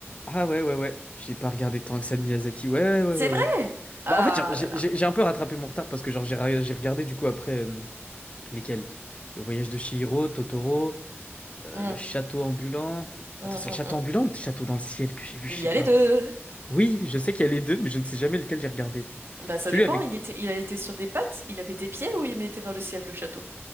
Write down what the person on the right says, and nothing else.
C'est
vrai!
Ah
là là.
Hum,
hum,
hum,
hum.
Il y
a les deux.
Bah, ça
dépend.
Il était, il a été sur des pattes, il avait des pieds ou il mettait dans le ciel le château?